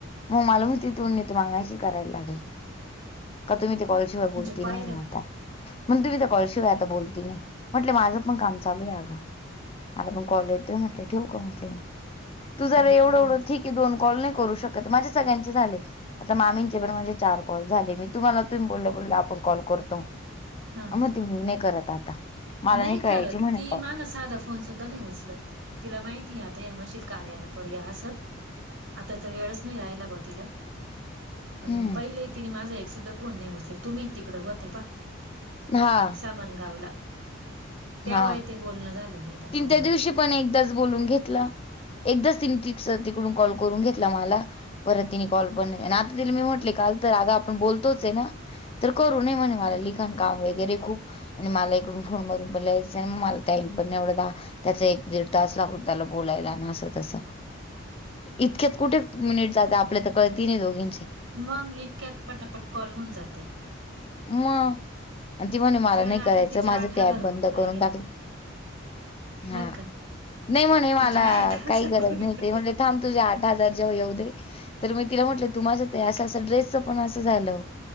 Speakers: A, on the left; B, on the right.
A: मग मला तथ तमगाशी करायला लागेल का तुम्ही ते कॉलशिवाय
B: म्हणजे
A: बोलते
B: पाहिलं
A: नाही म्हण आता.
B: का?
A: मग तुम्ही तर कॉळशिवाय आता बोलती नाही म्हटले माझं पण काम चालू आहे गं! मला पण कॉल येतोय म्हटले ठेव का म्हटले म तू जरा
B: नाही,
A: एवढं
B: नाही
A: एवढं ठीक आहे दोन कॉल नाही करू शकत माझ्या सगळ्यांचे झाले. आता मामींचे पण म्हणजे चार कॉल झाले मी तुम्हाला तु् बोलले बोलले आपण कॉल करतो
B: हां,
A: मग मी नाही करत आता. मला
B: नाही
A: करायची
B: करत
A: म्हणे
B: ती
A: कॉल
B: माझ साध फोन सुद्धा नाही उचलत तिला माहितीय आता या म्हशील कार्या अँपवर या आस. आता त वेळच नाही राहिला भा तिला पण
A: हम्म
B: पहिलंही तिने माझा एक सुुद्धा फोन नाही उचलेल तुम्ही तिकडं होत प
A: हा
B: सामान गावला त्यावेळी
A: हा
B: ते बोलणं झालं नीता
A: तीन
B: कॉलवर.
A: त्या दिवशी पण एकदाच बोलून घेतला एकदाच त तिकडून कॉल करून घेतला मला. परत तिने कॉल पण नाही आता तिला मी म्हटले काल तर आगा आपण बोलतोच आहे ना तर करू. होन मला
B: हं,
A: लिखण काम वगैरे खूप आणि मला इकडून फोनमध सिनेमा माल टाईनण एवढ द त्याचा एक दीड तास लागून त्याला बोलायला ना अस तस. इतक्यात कुठे मिनिट जाते आपल्या तर कळ तीनही दोघींचे
B: मग इतक्यात पटापट कॉल होऊन जाते.
A: मग आणि ती म्हणे मला
B: त्या
A: नाही
B: आता
A: करायचं
B: तिचे
A: माझं ते ऍप
B: बोलू
A: बंद
B: राहिले
A: करून टाकलं.
B: आता.
A: हा
B: बरं का?
A: नाही म्हणे मला
B: तिचे
A: काही गरज
B: बोलू
A: नाही
B: राहिले.
A: ते म्हण थांब तुझे आठ हजार जेव्हा येऊ दे. तर मी तिला म्हटलं तु माझ्या ते असं असं ड्रेसचं पण असं झालं.